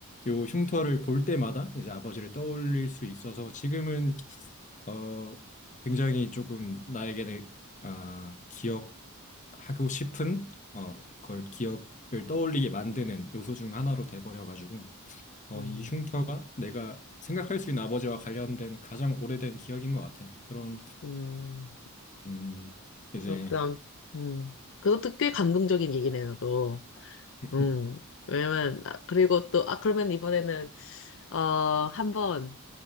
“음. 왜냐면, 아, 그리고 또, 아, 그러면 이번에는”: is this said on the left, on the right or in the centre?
Left